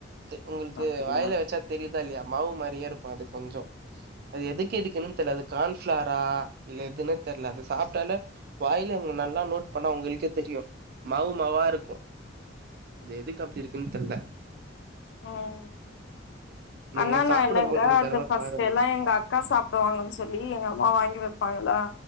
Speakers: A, on the right; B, on the left.
A: த்து உங்ளுக்கு
B: அப்டியா
A: வாய்ல வச்சா தெரிதா இல்லயா மாவு மாரியேருக்கு அது கொஞ்சோ அது எதுக்கு எடுக்கனு தெர்ல அது கான்ஃப்ளாரா இல்ல எதுனே தெர்ல அது சாப்டாலே வாய்ல இவுங்க நல்லா நோட் பண்ணா உங்கள் க்கே தெரியு மாவு மாவாருக்கு இது எதுக்கு அப்டியி ருகுனு தெர்ல
B: ம்
A: நீங்க
B: அண்ணா ன்னா
A: சாப்பிடும்போது
B: இல்லங்க
A: ஒரு
B: அது
A: தடவ
B: ஃபர்ஸ்ட்
A: பாருங்க
B: டெல்லா எங்க அக்கா சாப் புவாங்கன்னு சொல்லி எங்க அம்மா வாங்கி வப்பாங்களா